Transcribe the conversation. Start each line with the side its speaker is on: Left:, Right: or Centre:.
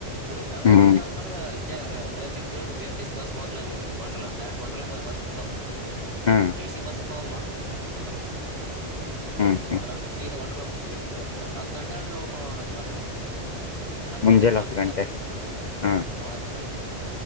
Right: ಇದು ಬೆಂಗ್ಗಳೂರ್
Left: ಹ್ಮ್
Right: ಇಲ್ಲಿ ಹಬೇಕ ಅಂದ್ರೆ ಇಲ್ಲೇ ಕೇಳುದು B M T C bus ಹೋಗ್ಲ ಅ ಒ ಲಾಕ್ಡರೆಕ್ಟ್ ಒರ್ ಲಾಕ್ ಬಸ್ ಇತ್ತತವು
Left: ಹ್ಮ್
Right: ಏ ಸಿ ಬಸ್ ಪಾ ಅವ ಮತ್ತ ವಂಡರ್ಲಕ್ ಹೋಗ್ಬೇಕು
Left: ಹ್ಮ್ ಹ್ಮ್
Right: ಅದ್ರಪ್ಪ ಸೀದ ವಂದ್ರಲ್ಲ ಮುು ಮುಂದೆ <inaudible> ಹತ್ ಗಂಟೆ ಅ ಹೂ <inaudible> ಹತ್ತು
Left: ಮುಂಜೆಲಿ
Right: ಗಂಟೆಗೆ ಒಳಗ್ ಬಿಡ್ತಾರ
Left: ಗಂಟೆ ಹಾ
Right: ಹ್ಮ್ ಒಳಗ್ ಬಿಡ್ತಾರ